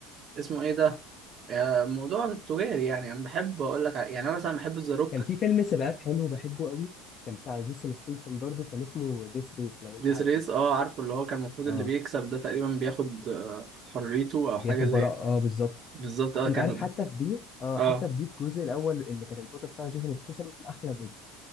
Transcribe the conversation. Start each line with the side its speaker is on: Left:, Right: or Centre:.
Right: اسمه إيه ده؟ آه، الموضوع التجاري يعني أنا بحب أقول لك ع- يعني أنا مثلا بحب ذا روك
Left: كان في فيلم سباقات حلو بحبه قوي كان بتاع جيسون ستيسن برضو كان اسمه ديس ريس لو انت
Right: ديس
Left: عارفه
Right: ريس اه عارفه اللي هو كان المفروض
Left: اه
Right: اللي بيكسب ده تقريبا بياخد آه، حريته او
Left: بياخد
Right: حاجه زي
Left: براءة اه بالظبط
Right: بالظبط اه
Left: انت
Right: كان
Left: عارف حتى في دي اه
Right: اه
Left: حتى في دي الجزء الاول اللي كان البطل بتاعه جيسون ستيسن احلى جزء